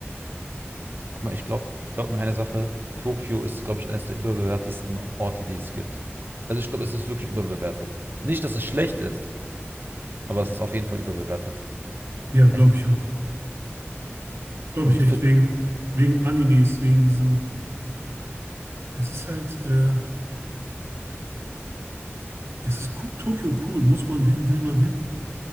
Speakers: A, on the right; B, on the right.
A: Guck mal, ich glaube, glaub mir eine Sache. Tokio ist, glaube ich, eines der überbewertesten Orte, die es gibt. Also ich glaube, es ist wirklich überbewertet. Nicht, dass es schlecht ist, aber es ist auf jeden Fall überbewertet.
B: Ja, glaube
A: Es,
B: ich auch. Glaube
A: und
B: ich echt,
A: für,
B: wegen, wegen Animes, wegen diesem. Es ist halt, äh, es ist co- Tokio cool. Muss man hin, will man hin.